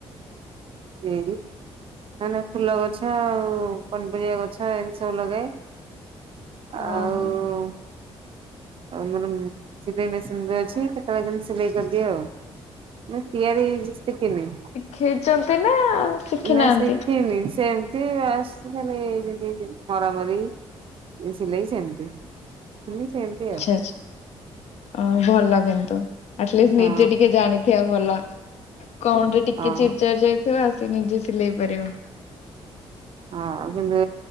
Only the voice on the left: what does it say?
ଓହୋ
ଖେଇଚନ୍ତି ନା? ଶିଖିନାହାନ୍ତି?
ଆଛା। ଅଁ ଭଲ କିନ୍ତୁ ଆଟଲିଷ୍ଟ
ନିଜେ ଟିକେ ଜାଣିଥିବା ଭଲ। କଣଟେ ଟିକେ
ଚିରି ଚାରି ଯାଇଥିବ ଆସି ନିଜେ ସିଲେଇ ପାରିବ।